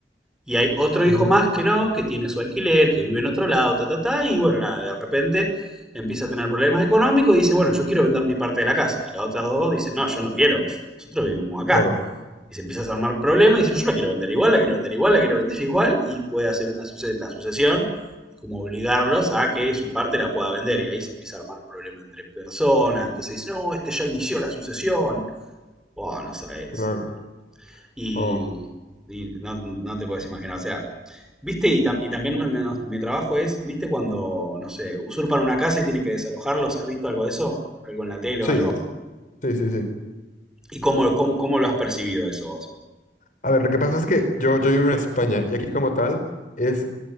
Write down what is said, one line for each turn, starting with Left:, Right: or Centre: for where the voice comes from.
Centre: Y hay otro hijo
Left: ujú,
Centre: más que no, que tiene su alquiler, que vive en otro lado, ta, ta, ta, y bueno, nada, de repente empieza a tener problemas económicos y dice, bueno, yo quiero vender mi parte de la casa. Y las otras dos dicen, no, yo no quiero, yo- nosotros vivimos acá.
Left: claro,
Centre: Y se empieza a armar problemas y dicen, yo la quiero vender igual, la quiero vender igual, la quiero vender igual, y puede hacer una suce- la sucesión y como obligarlos a que su parte la pueda vender. Y ahí se empieza a armar problema entre personas. Entonces dicen, no, este ya inició la sucesión. Oh, no sabes.
Left: claro.
Centre: Y,
Left: Oh,
Centre: y no, no te puedes imaginar, o sea, viste, y, tam- y también me- me- mi trabajo es, viste, cuando, no sé, usurpan una casa y tienen que desalojarlos, ¿has visto algo de eso? ¿Algo en la tele
Left: sí,
Centre: o algo?
Left: sí, sí, sí.
Centre: ¿Y cómo, cómo, cómo lo has percibido eso vos?
Left: A ver, lo que pasa es que yo, yo vivo en España y aquí como tal es